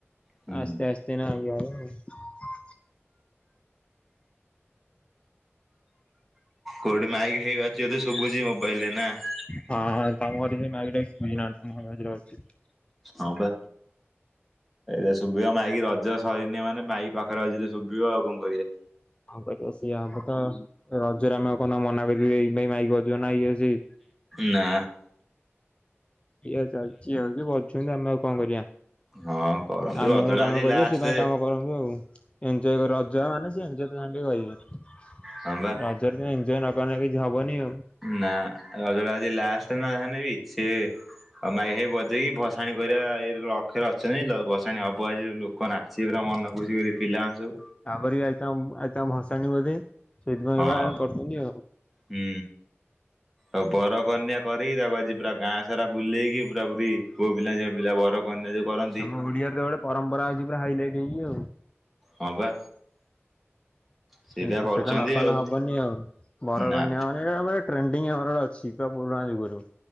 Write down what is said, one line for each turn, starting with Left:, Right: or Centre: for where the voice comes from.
Centre: ହୁଁ
Left: ଆସ୍ତେ ଆସ୍ତେ ଏଇନା ଇଏ ହବ ଆଉ।
Centre: କୋଉଠି ମାଇକି ହେଇ ବାଜୁଚି ବୋଧେ ଶୁଭୁଚି ମୋବାଇଲରେ ନାଁ।
Left: ହଁ ହଁ ତମ ଘର ସେ ମାଇକି ଟା ବି ଶୁଭୁଚି ନାଁ ତମ ଘରେ ଯୋଉଟା ଅଛି।
Centre: ହଁ ବା। ଏ ଶୁଭିବ ମାଇକି ରଜ ସରିନି ମାନେ ମାଇକି ପାଖରେ ବାଜିଲେ ଶୁଭିବ ଆଉ କଣ କରିବା।
Left: ହଁ କରିବ ସେଇଆ ହବ ତ ରଜରେ ଆମେ ଆଉ କଣ ତାଙ୍କୁ ମନା କରିବି ଏଇ ମାଇକି ବଜାଉ ନା ଇଏ ସେଇ।
Centre: ନା।
Left: ଏଇଆ ଚାଲିଛି ଆଉଛି ବଜଉଛନ୍ତି ଆମେ ଆଉ କଣ କରିବା।
Centre: ହଁ କରନ୍ତୁ
Left: ଆମେ
Centre: ରଜଟା
Left: ଆମ କାମ
Centre: ଆଜି
Left: କରିବା
Centre: ଲାଷ୍ଟ
Left: ସେ ତା କାମ କରନ୍ତୁ ଆଉ ଏନଜୟ ରଜ ମାନେ ଏନଜୟ। କହିବେ
Centre: ହଁ ବା।
Left: ରଜରେ ଏଞଜୟ ନକଲେ କିଛି ହବନି ଆଉ।
Centre: ନା ରଜ ଟା ଆଜି ଲାଷ୍ଟ ନା ଯାହାହେଲେବି ସେ। ଆଉ ମାଇକ ହୋଇ ବଜେଇକି ଭସାଣି କରିବା ଏ ଲକ୍ଷରେ ଅଛନ୍ତି ଭସାଣି ହବ ଆଜି। ଲୋକ ନାଚିବେ ପୁରା ମନ ଖୁସିକରି ପିଲାମାନେ ସବୁ।
Left: ତାପରେ ବି ଆଜି ଆଜି ତାଙ୍କ ଭସାଣି ବୋଧେ ସେଇଥିପାଇଁ
Centre: ହଁ
Left: ଏଭଳିଆ କରିଛନ୍ତି ଆଉ।
Centre: ହୁଁ। ଆଉ ବରକନ୍ୟା କରିକି ତାକୁ ଆଜି ପୁରା ଗାଁ ସାରା ବୁଲେଇକି ପୁରା ପୁରି ପୁଅ ପିଲା ଛୁଆ ପିଲା ବର। <unintelligible> କରନ୍ତି।
Left: ଆମ ଓଡିଆରେ ତ ଗୋଟେ ପରମ୍ପରା ଅଛି ପୁରା ହାଇଲାଇଟ ହେଇକି ଆଉ।
Centre: ହଁ ବା। ସେଇଟା
Left: ସେଇ
Centre: କରୁଛନ୍ତି
Left: ସେଟା ନ କଲେ
Centre: ଆଉ
Left: ହବନି ଆଉ ବରକନ୍ୟା।
Centre: ନା
Left: ସୋ ଟ୍ରେଣ୍ଡିଙ୍ଗ ଆମର ଗୋଟେ ଅଛି ପୁରା ପୁରୁଣା ଯୁଗରୁ।